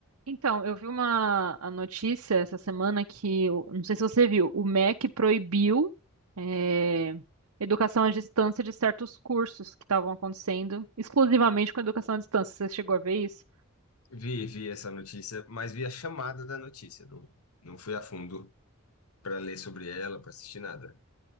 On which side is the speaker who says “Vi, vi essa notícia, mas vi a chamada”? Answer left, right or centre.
Left